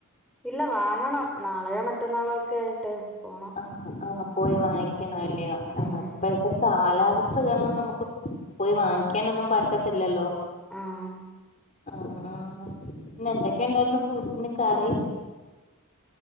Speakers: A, in the centre; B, on the left.
A: ഇല്ല വാങ്ങണം നാളെയോ മറ്റന്നാളോ ഒക്കെ ആയിട്ട് പോണം
B: ആഹ് ആഹ് പോയി വാങ്ങിക്കണവല്ലിയോ ആ
A: ഉം
B: ഇപ്പഴത്തെ കാലാവസ്ഥ കാരണം നമക്ക് പോയി വാങ്ങിക്കാനൊന്നും പറ്റത്തില്ലല്ലോ
A: ആഹ്
B: ആ ആ ഇന്ന് എന്തൊക്കെ ണ്ടായിരുന്നു ഫുഡിന് കറി